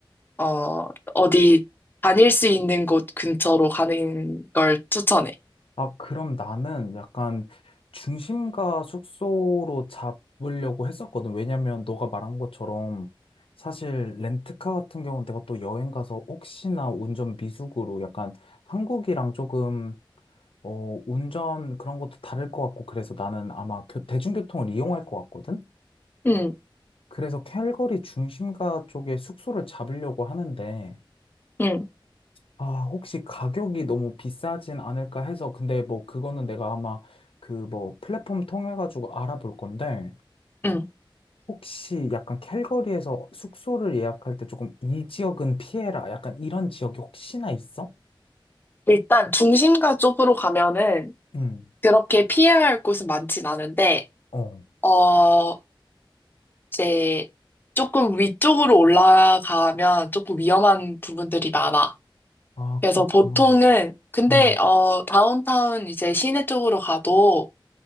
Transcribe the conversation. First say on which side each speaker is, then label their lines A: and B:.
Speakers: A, on the left; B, on the left.
A: 어, 어디 다닐 수 있는 곳 근처로 가는 걸 추천해.
B: 아, 그럼 나는 약간 중심가 숙소로 잡으려고 했었거든. 왜냐면 너가 말한 것처럼 사실 렌트카 같은 경우는 내가 또 여행 가서 혹시나 운전 미숙으로 약간 한국이랑 조금 어, 운전 그런 것도 다를 것 같고 그래서 나는 아마 교- 대중교통을 이용할 것 같거든.
A: 응,
B: 그래서 캘거리 중심가 쪽에 숙소를 잡으려고 하는데
A: 응,
B: 아, 혹시 가격이 너무 비싸진 않을까 해서, 근데 뭐 그거는 내가 아마 그 뭐 플랫폼 통해가지고 알아볼 건데,
A: 응.
B: 혹시 약간 캘거리에서 숙소를 예약할 때 조금 이 지역은 피해라. 약간 이런 지역이 혹시나 있어?
A: 일단 중심가 쪽으로 가면은
B: 음,
A: 그렇게 피해야 할 곳은 많진 않은데,
B: 어.
A: 어, 이제 조금 위쪽으로 올라가면 조금 위험한 부분들이 많아.
B: 아,
A: 그래서
B: 그렇구나.
A: 보통은, 근데,
B: 음,
A: 어, 다운타운 이제 시내 쪽으로 가도